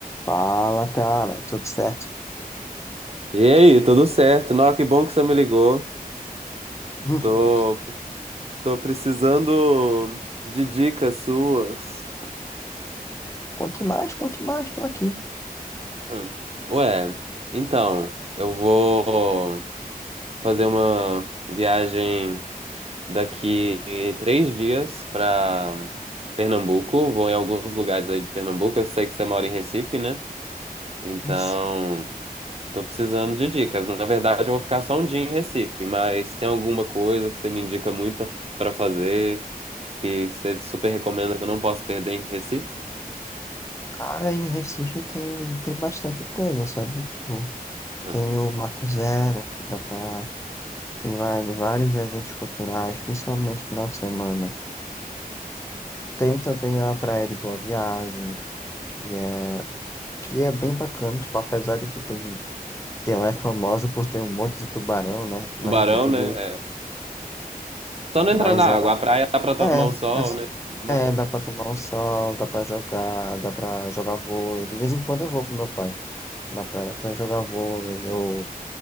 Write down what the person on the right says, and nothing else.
E aí, tudo certo? Não, que bom que você me ligou.
Tô, tô precisando de dicas suas.
Hum. Ué, então, eu vou fazer uma viagem daqui três dias pra Pernambuco. Vou em alguns lugares aí de Pernambuco. Eu sei que você mora em Recife, né? Então,
tô precisando de dicas. Na verdade, eu vou ficar só um dia em Recife, mas tem alguma coisa que você me indica muito pra fazer? que você super recomenda que eu não posso perder em Recife.
Uhum.
Tubarão,
né?
É. Só não
entrar na água.
A praia dá pra tomar
um sol, né? Não dá.